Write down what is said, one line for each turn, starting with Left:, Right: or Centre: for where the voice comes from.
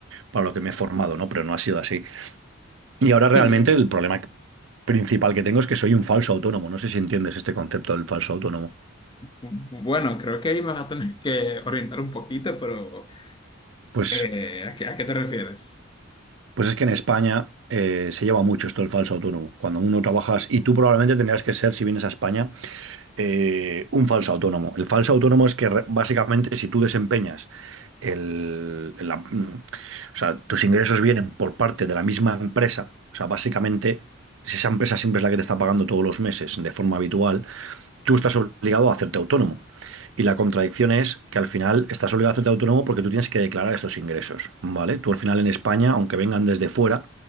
Right: para lo que me he formado, ¿no? Pero no ha sido así. Y ahora
Left: sí.
Right: realmente
Left: eh,
Right: el problema que- principal que tengo es que soy un falso autónomo. No sé si entiendes este concepto del falso autónomo.
Left: bu- Bueno, creo que ahí me vas a tener que orientar un poquito, pero
Right: Pues,
Left: eh, ¿a qué, a qué te refieres?
Right: pues es que en España eh, se lleva mucho esto del falso autónomo. Cuando uno trabajas, y tú probablemente tendrías que ser, si vienes a España, eh, un falso autónomo. El falso autónomo es que re- básicamente si tú desempeñas el, la- mm, o sea, tus ingresos vienen por parte de la misma empresa, o sea, básicamente si esa empresa siempre es la que te está pagando todos los meses de forma habitual, tú estás obligado a hacerte autónomo. Y la contradicción es que al final estás obligado a hacerte autónomo porque tú tienes que declarar estos ingresos, ¿vale? Tú al final en España, aunque vengan desde fuera,